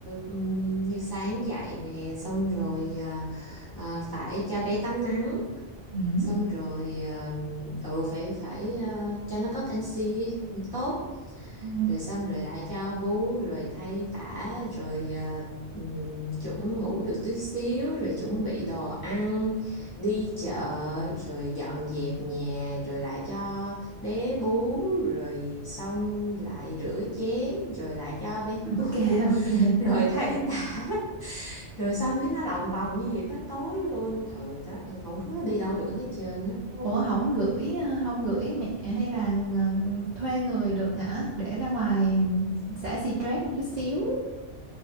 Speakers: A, on the left (about 30°); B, on the right (about 60°).
A: ừm, như sáng dậy nè xong rồi à, à, phải cho bé tắm nắng
B: Ừ.
A: xong rồi ờ, ừ phải phải ờ, cho nó có canxi ấy, cũng tốt
B: Ừ.
A: rồi xong rồi lại cho bú rồi thay tã rồi ờ, ừm, chuẩn ngủ được tí xíu rồi chuẩn bị đồ ăn đi chợ rồi dọn dẹp nhà rồi lại cho bé bú rồi xong lại rửa chén rồi lại cho bé <laughs> bú
B: Ok, ok,
A: rồi
B: ok.
A: thay tã rồi xong cái nó lòng vòng như vậy tới tối luôn ừ đó ừ, không có đi đâu được hết trơn á
B: Ủa không gửi ờ, không gửi mẹ hay là ờ, thuê người được hả? Để ra ngoài xả stress một chút xíu.